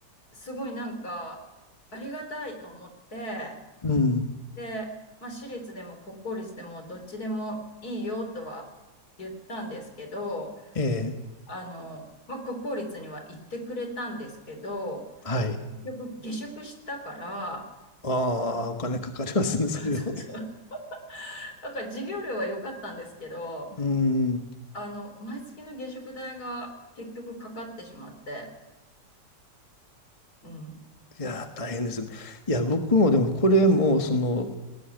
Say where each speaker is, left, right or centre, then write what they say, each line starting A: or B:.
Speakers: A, on the left; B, on the left.
A: すごいなんかありがたいと思って
B: うん。
A: で、まあ、私立でも国公立でもどっちでもいいよとは言ったんですけど
B: ええ、
A: あの、まあ、国公立には行ってくれたんですけど
B: はい。
A: 結局下宿したから、
B: ああ、お金かかりますね、<laughs> それを。
A: <laughs> そうそう。だから授業料は良かったんですけど、
B: うん。
A: あの、毎月の下宿代が結局かかってしまって、うん。
B: いやー、大変ですね。いや、僕もでも、これも、その、